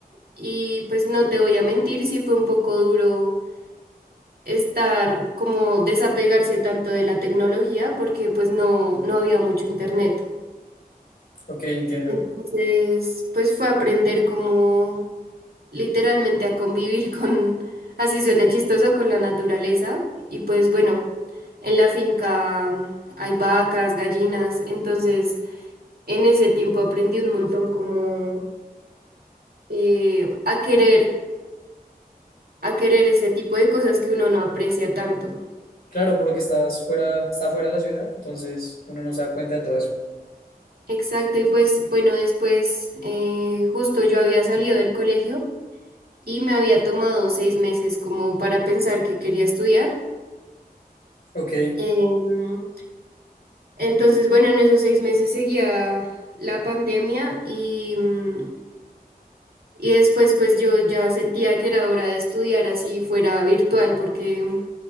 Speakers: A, on the right; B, on the left.
A: y pues no te voy a mentir, sí fue un poco duro estar como desapegarse tanto de la tecnología porque pues no, no había mucho internet.
B: Ok, entiendo.
A: Entonces, pues fue aprender como literalmente a convivir <laughs> con, así suene chistoso, con la naturaleza y pues bueno, en la finca hay vacas, gallinas, entonces... En ese tiempo aprendí un montón como eh, a querer, a querer ese tipo de cosas que uno no aprecia tanto.
B: Claro, por lo que estás fuera, está fuera de la ciudad, entonces uno no se da cuenta de todo eso.
A: Exacto, y pues bueno, después eh, justo yo había salido del colegio y me había tomado seis meses como para pensar que quería estudiar.
B: Ok,
A: Em, entonces, bueno, en esos seis meses seguía la pandemia y, mm, y después pues yo ya sentía que era hora de estudiar así fuera virtual porque